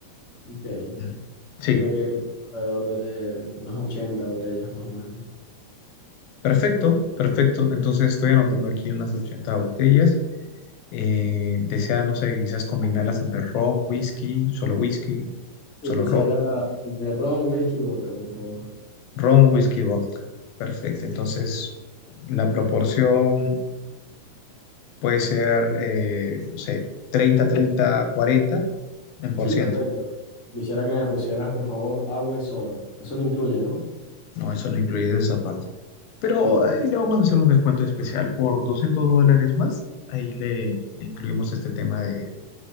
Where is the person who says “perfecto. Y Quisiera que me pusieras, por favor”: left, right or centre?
Left